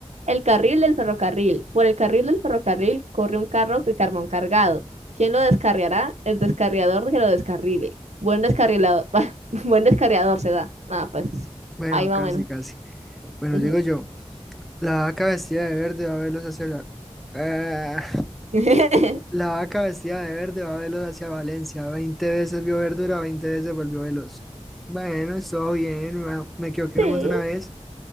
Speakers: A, on the right; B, in the centre.
A: El carril del ferrocarril. Por el carril del ferrocarril corre un carro de carbón cargado. ¿Quién lo descarriará? El descarriador que lo descarrile. Buen descarrilador. <laughs> Buen descarriador se da. Nada, pues
B: Bueno,
A: ahí va
B: casi,
A: bueno
B: casi. Bueno,
A: Ujú.
B: sigo yo. La vaca vestida de verde va a verlos hacia... la- Ah,
A: <laughs>
B: la vaca vestida de verde va a verlos hacia Valencia. Veinte veces vio verdura, veinte veces volvió veloz. Bueno, estuvo bien. Me, me equivoqué
A: Sí,
B: nomás una vez.